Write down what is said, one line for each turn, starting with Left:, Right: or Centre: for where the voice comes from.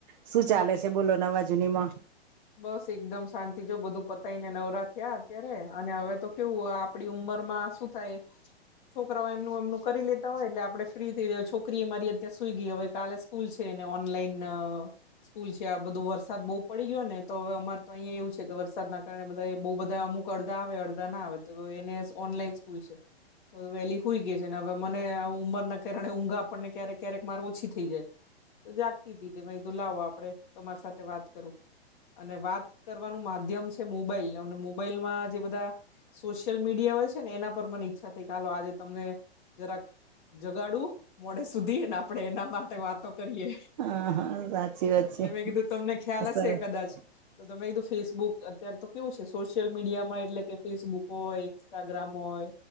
Right: શું ચાલે છે, બોલો નવા જૂની માં
Left: બસ એકદમ શાંતિ જો બધું પતાયને નવરા થયાં અત્યારે અને હવે તો કેવું આપણી ઉંમરમાં શું થાય છોકરાઓ એમનું એમનું કરી લે તા હોય એટલે આપડે ફ્રી થઈ <unintelligible> છોકરી એ મારી અત્યારે સુઈ ગઈ હવે કાલે સ્કૂલ છે, એને ઓનલાઈન સ્કૂલ છે, આ બધો વરસાદ બો પડી ગયો ને તો હવે અમાર તો અહીંયા એવું છે, કે વરસાદના કારણે બધા બો બધા અમુક અડધા આવે અડધા ના આવે તો એને ઓનલાઈન <inaudible> વહેલી હૂઈ ગઈ છે, ને હવે મને ઉંમરના કારણે ઊંઘ આપણને ક્યારેક ક્યારેક મારે ઓછી થઈ જાય તો જાગતીતી તે મેં કીધું લાવ આપડે તમારી સાથે વાત કરું અને વાત કરવાનું માધ્યમ છે, મોબાઈલ અને મોબાઈલમાં જે બધા સોશિયલ મીડિયા હોય છે, ને એના પર મને ઈચ્છા થઈ હાલો આજે તમને જરાક જગાડું મોડે સુધીને આપડે એના માટે વાતો કરીએ.
Right: હા હા સાચી વાત છે
Left: એટલે મેં કીધું તમને ખ્યાલ હશે
Right: સરસ સાચી
Left: કદાચ તો મે કીધું ફેસબુક અત્યારે તો કેવું છે, સોશિયલ મીડિયામાં એટલે કે ફેસબુક હોય. ઇન્સ્ટાગ્રામ હોય,